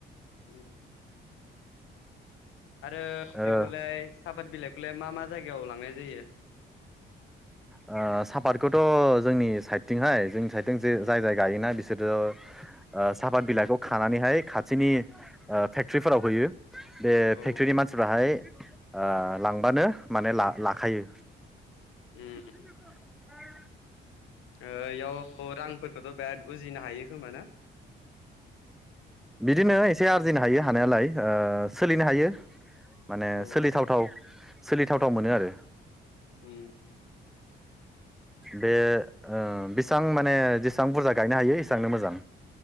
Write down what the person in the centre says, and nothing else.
ओ
ओ सापारखौथ' जोंनि साइडथिंहाय जोंनि साइडथिं जे जाय जाय गायोना बिसोरो ओ सापाद बिलाइखौ खानानैहाय खाथिनि ओ फेक्ट्रिफोराव होयो। बे
फेक्ट्रिनि मानसिफोराहाय ओ लांबानो माने ला लाखायो।
<unintelligible>
बिदिनो एसे आरजिनो हायो हानायालाय ओ सोलिनो हायो। माने
सोलिथावथाव सोलिथावथाव मोनो आरो
बे ओ बेसां माने जेसां बुरजा गायनो हायो एसांनो मोजां